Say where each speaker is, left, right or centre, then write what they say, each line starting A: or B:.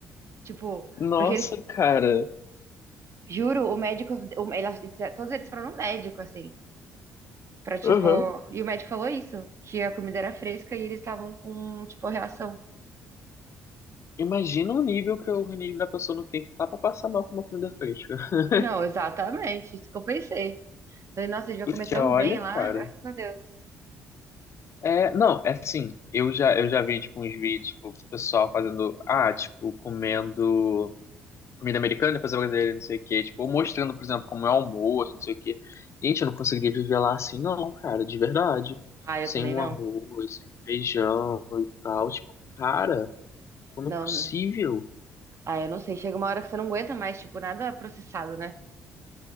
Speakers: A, on the right (about 45°); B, on the left (about 45°).
A: Tipo,
B: Nossa,
A: porque eles,
B: cara.
A: juro, o médico, o- ela- todos eles foram no médico, assim, pra, tipo,
B: Uhum.
A: e o médico falou isso, que a comida era fresca e eles estavam com, tipo, reação.
B: Imagina o nível que o organismo da pessoa não tem que estar pra passar mal com uma comida fresca. <laughs>
A: Não, exatamente, isso que eu pensei. Falei, nossa, a gente vai
B: Porque
A: comer tão
B: olha,
A: bem lá,
B: cara.
A: graças a Deus.
B: É, não, é assim, eu já, eu já vi, tipo, uns vídeos, tipo, o pessoal fazendo, ah, tipo, comendo comida americana, depois a brasileira, não sei o quê. Tipo, ou mostrando, por exemplo, como é o almoço, não sei o quê. Gente, eu não conseguia viver lá assim, não, cara, de verdade.
A: Ah, eu
B: Sem
A: também
B: um
A: não.
B: arroz, sem feijão e tal. Tipo, cara, como
A: Não,
B: é possível?
A: Ah, eu não sei. Chega uma hora que você não aguenta mais, tipo, nada processado, né?